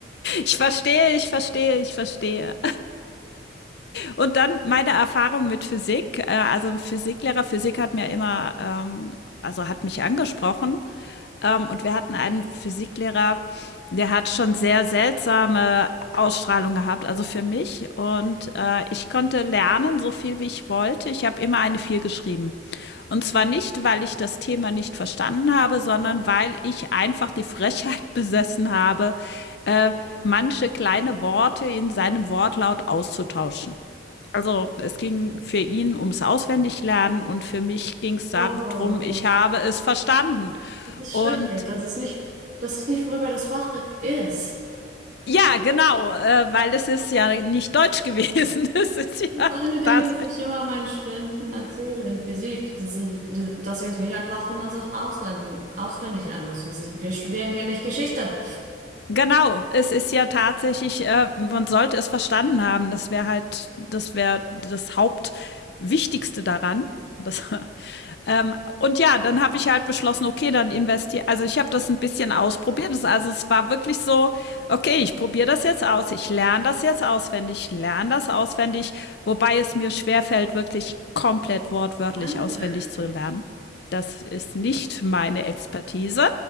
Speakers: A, on the left; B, on the right.
A: Ich verstehe, ich verstehe, ich verstehe. Und dann meine Erfahrung mit Physik. Äh, Also ein Physiklehrer, Physik hat mir immer, ähm, also hat mich angesprochen. Ähm, und wir hatten einen Physiklehrer, der hat schon sehr seltsame Ausstrahlung gehabt, also für mich. Und äh, ich konnte lernen, so viel wie ich wollte. Ich habe immer eine 4 geschrieben. Und zwar nicht, weil ich das Thema nicht verstanden habe, sondern weil ich einfach die Frechheit <laughs> besessen habe, äh, manche kleine Worte in seinem Wortlaut auszutauschen. Also es ging für ihn ums Auswendiglernen und für mich ging es
B: Oh,
A: darum, ich habe es verstanden.
B: das ist
A: Und
B: schrecklich. Das ist nicht, das ist nicht, worüber das Fach ist.
A: ja, genau, äh, weil es ist ja nicht Deutsch gewesen. <laughs> Es ist ja
B: Freunde denken,
A: tatsächlich
B: dass ich immer meinen Studenten erzähle in Physik, das ist, das, das hier ist nicht ein Fach, wo man Sachen auslernen, auswendig lernen muss. Das ist, wir studieren hier nicht Geschichte.
A: Genau, es ist ja tatsächlich, äh, man sollte es verstanden haben, das wäre halt, das wäre das Hauptwichtigste daran. Das, <laughs> ähm, und ja, dann habe ich halt beschlossen, okay, dann investiere. Also ich habe das ein bisschen ausprobiert. Das, also es war wirklich so, okay, ich probiere das jetzt aus, ich lerne das jetzt auswendig, ich lerne das auswendig, wobei es mir schwerfällt, wirklich komplett wortwörtlich
B: Langweilig.
A: auswendig zu lernen. Das ist nicht meine Expertise.